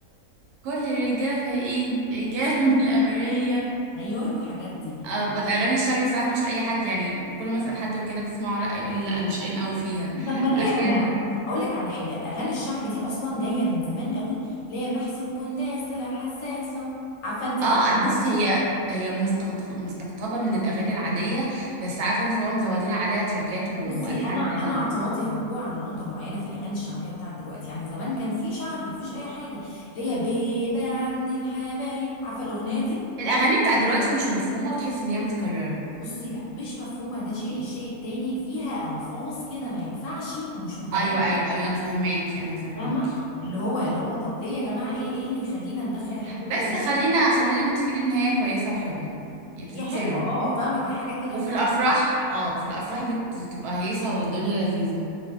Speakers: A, on the right; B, on the left.
A: كل الرجاله فايقين رجاله <laughs> من الامريه
B: ايوه الحاجات دي
A: آه الاغاني الشعبي بصراحه مش اي حد يعني كل ما اسال حد وكده بتسمعه لا يقول لي لا مش ان قوي فيها
B: طب ما ليه
A: فاخيرا
B: يا جماعه اقول لك على حاجه الاغاني الشعبي دي اصلا جايه من زمان قوي اللي هي محسوب كنداس طلع حساسه عارفه انت عارفه
A: اه بصي هي هي مستقط- مستقطبه من الاغاني العاديه بس عارفه انت لو مزودين عليها تراكات والحان
B: بصي انا
A: تانية
B: انا اعتراضي هرجع على نقطه معينه في الاغاني الشعبيه بتاعت دلوقتي يعني زمان كان في شعبي مفيش اي حاجه اللي هي بيبه عند الحبايب عارفه الاغنيه دي
A: الاغاني بتاع دلوقتي مش مفهومه وتحسي ان هي متكرره
B: بصي لا مش مفهومه ده شيء الشيء التاني فيها الفاظ كده ما ينفعش ومش متناسبه
A: ايوه ايوه ايوه انا فاهماكي انا فاهماكي
B: فاهمه اللي هو اللي
A: اه
B: هو طب ليه يا جماعه ايه ايه اللي يخلينا ندخل الحاجات
A: بس
B: دي من
A: خلينا خلينا متفقين ان هي كويسه وحلوه يعني بتتسمع
B: هي حلوه اه فاهمه كحاجه كده
A: وفي
B: في فرح
A: الافراح اه في الافراح بت- بتبقى هيصه والدنيا لذيذه